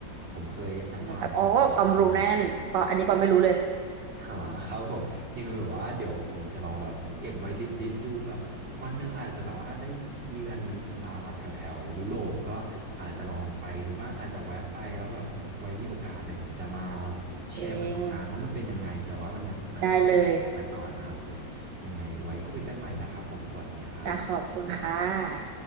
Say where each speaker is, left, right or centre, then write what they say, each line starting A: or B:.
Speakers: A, on the right; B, on the right.
A: ผมเคยอ่านอ่านผ่านๆตามมาเหมือนกัน
B: อันนี้แบบอ๋อความรู้แน่นปออันนี้ปอไม่รู้เลย
A: หาครับผมยังแบบว่าเดี๋ยวผมจะลองแบบเก็บไว้ลิสต์ลิสต์ดูแบบวันหนึ่งอาจจะแบบว่าได้เยือนอ่าแถวแถวยุโรปก็อาจจะลองไปดูบ้างอาจจะแวะไปแล้วแบบไว้มีโอกาสเดี๋ยวผมจะมาแชร์ประสบการณ์ว่ามันเป็นยังไงแต่ว่าวันเนี้ยผมอาจจะต้องขอตัวไปก่อนนะครับผมยังไงไว้คุยกันใหม่นะครับผมสวัสดีครับ
B: เองได้เลยจ้ะขอบคุณค่ะ